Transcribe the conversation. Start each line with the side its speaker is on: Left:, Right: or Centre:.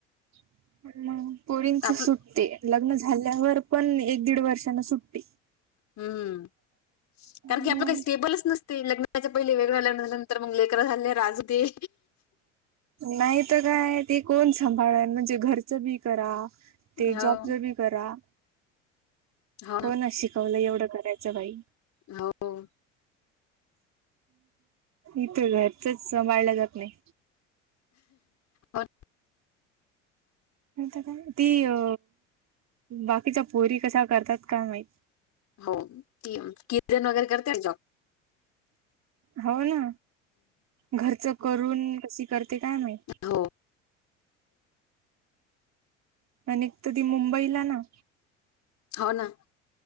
Right: <inaudible> पोरीनच
Left: आपलं
Right: सुटते. लग्न झाल्यावर पण एक दीड वर्षांना सुट्टी.
Left: हम्म
Right: मग
Left: कारण की आपलं काही स्टेबलच नसत. ते लग्नाच्या पहिले वेगळं लग्न झाल्यानंतर मग लेकर झाले राजदे.
Right: नाहीत काय ते कोण सांभाळन म्हणजे घरचं बी करा. ते
Left: हो
Right: जॉब जर ब करा.
Left: हो
Right: कोण
Left: ना
Right: शिकवलं एवढं करायचं काई.
Left: हो.
Right: इथं घरचच सांभाळल्या जात नाही.
Left: हो.
Right: का ती अ बाकीचा पोरी कसा करतात का माहि
Left: हो ती किर्तन वगैरे करते जॉ
Right: हो ना घरच करून कशी करते काय माहि.
Left: हो.
Right: आणि तधी मुंबईला ना
Left: हो ना